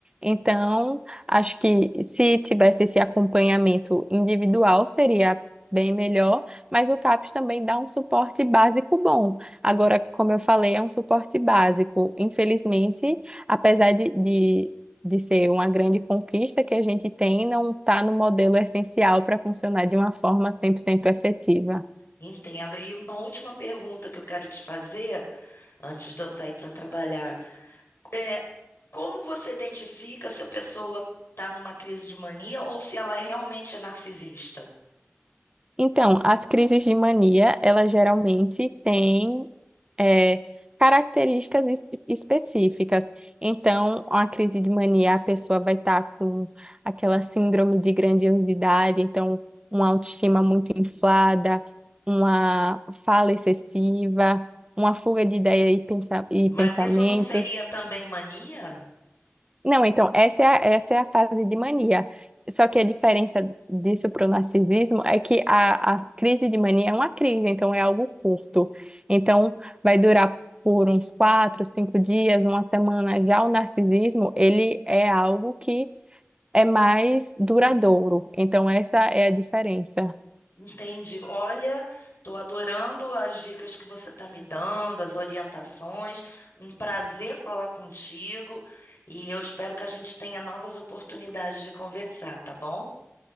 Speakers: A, on the right; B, on the left.
A: Então, acho que se tivesse esse acompanhamento individual, seria bem melhor, mas o CAPS também dá um suporte básico bom. Agora, como eu falei, é um suporte básico. Infelizmente, apesar de, de de ser uma grande conquista que a gente tem, não está no modelo essencial para funcionar de uma forma cem por cento efetiva.
B: Entendo. E uma última pergunta que eu quero te fazer antes de eu sair para trabalhar. É, Como você identifica se a pessoa está numa crise de mania ou se ela é realmente é narcisista?
A: Então, as crises de mania, elas geralmente têm é, características es- específicas. Então, uma crise de mania, a pessoa vai estar com aquela síndrome de grandiosidade, então, uma autoestima muito inflada, uma fala excessiva, uma fuga de ideia e pensa- e
B: Mas
A: pensamentos.
B: isso não seria também mania?
A: Não, então, essa é a, essa é a fase de mania. Só que a diferença disso para o narcisismo é que a, a crise de mania é uma crise, então é algo curto. Então, vai durar por uns quatro, cinco dias, uma semana. Já o narcisismo, ele é algo que é mais duradouro. Então, essa é a diferença.
B: Entendi. Olha, estou adorando as dicas que você está me dando, as orientações. Um prazer falar contigo e eu espero que a gente tenha novas oportunidades de conversar, tá bom?